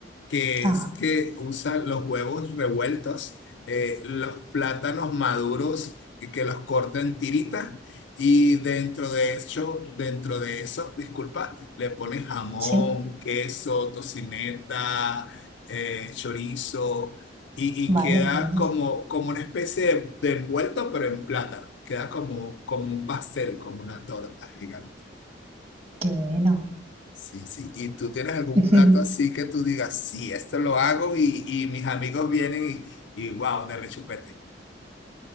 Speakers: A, on the left; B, on the right.
A: que
B: ah,
A: es que usa los huevos revueltos, eh, los plátanos maduros y que los corta en tiritas y dentro de eso, dentro de eso, disculpa, le pone jamón,
B: sí,
A: queso, tocineta, eh, chorizo y, y
B: vaya,
A: queda
B: qué bueno,
A: como, como una especie de, de envuelto pero en plátano. Queda como, como un pastel, como una torta gigante.
B: qué bueno.
A: Sí, sí. ¿Y tú tienes algún
B: <laughs>
A: plato así que tú digas, sí, esto lo hago y, y mis amigos vienen y, y wow, de rechupete?